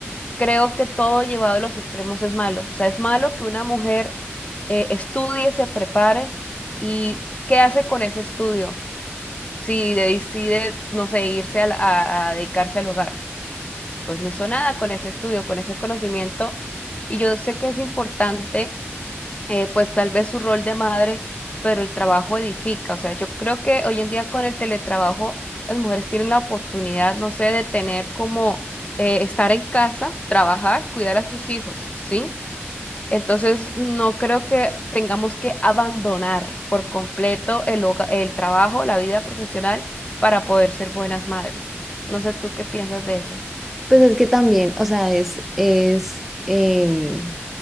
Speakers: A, on the left (about 30°); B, in the centre.
A: Creo que todo llevado a los extremos es malo. O sea, es malo que una mujer eh, estudie, se prepare y ¿qué hace con ese estudio? Si de- decide, no sé, irse al- a, a dedicarse al hogar, pues no hizo nada con ese estudio, con ese conocimiento. Y yo sé que es importante eh, pues tal vez su rol de madre, pero el trabajo edifica. O sea, yo creo que hoy en día con el teletrabajo las mujeres tienen la oportunidad, no sé, de tener como eh, estar en casa, trabajar, cuidar a sus hijos, ¿sí? Entonces, no creo que tengamos que abandonar por completo el, hoga- el trabajo, la vida profesional para poder ser buenas madres. No sé tú qué piensas de eso.
B: Pues es que también, o sea, es, es em,